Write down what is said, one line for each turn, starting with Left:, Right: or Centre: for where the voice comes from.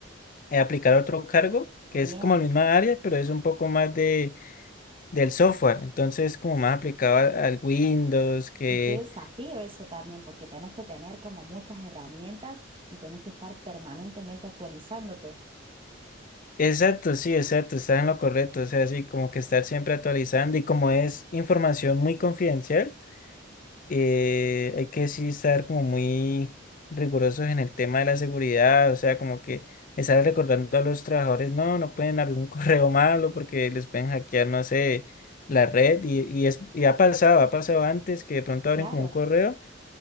Left: eh, aplicar otro cargo que
Right: bien.
Left: es como la misma área, pero es un poco más de, del software. Entonces, como más aplicado al, al Windows, que...
Right: Y qué desafío eso también, porque tenés que tener como muchas herramientas y tenés que estar permanentemente actualizándote.
Left: Exacto, sí, exacto, estás en lo correcto. O sea, sí, como que estar siempre actualizando y como es información muy confidencial. eh, hay que sí estar como muy rigurosos en el tema de la seguridad, o sea, como que estar
Right: Claro.
Left: recordando a los trabajadores, no, no pueden abrir un <laughs> correo malo porque les pueden hackear, no sé, la red y, y, es, y ha pasado, ha pasado antes que de pronto abren
Right: Claro.
Left: como un correo